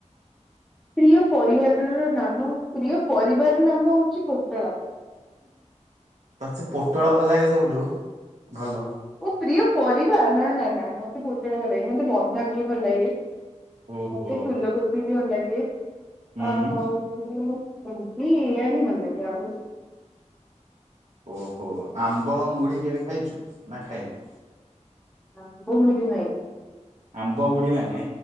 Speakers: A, in the centre; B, on the right (about 65°).
A: ପ୍ରିୟ ପରିବା ର ନାମ -ପ୍ରିୟ ପରିବାର ନାମ ହଉଚି ପୋଟଳ।
B: ତତେ ସେ ପୋଟଳ ଭଲ ଲାଗେ ସବୁଠୁ- ଭଲ।
A: ଓ ପ୍ରିୟ ପରିବା ନା- ନା -ନା ମତେ ପୋଟଳ ଭଲ ଲାଗେନି ମତେ ବନ୍ଧାକୋବି ଭଲ୍ ଲାଗେ।
B: ଓହୋ
A: ମତେ ଫୁଲ କୋବି ବି ଭଲଲାଗେ
B: ହୁଁ
A: ଆଉ କହିଲିକି ଏୟା ହିଁ ଭଲ ଲାଗେ ଆଉ
B: ଓହୋ ଆମ୍ବ ମୁଢି କେବେ ଖାଇଚୁ ନା ଖାଇନୁ?
A: ଆମ୍ବ ମୁଢ଼ି କେବେ ଖାଇନି।
B: ଆମ୍ବ ମୁଢି ମାନେ